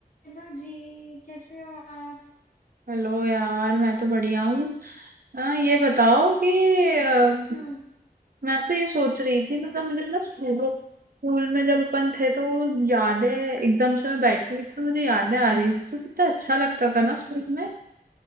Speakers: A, on the left (about 55°); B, on the right (about 60°).
A: हेलो जी कैसे हो आप
B: Hello यार मैं तो बढ़िया हूँ अ, ये बताओ कि अ,
A: हम्म
B: मैं तो ये सोच रही थी मतलब मुझे ना स्कूल स्कूल में जब अपन थे तो वो यादें एकदम से मैं बैठी हुई थी तो मुझे यादें आ रही थी तो कितना अच्छा लगता था ना स्कूल में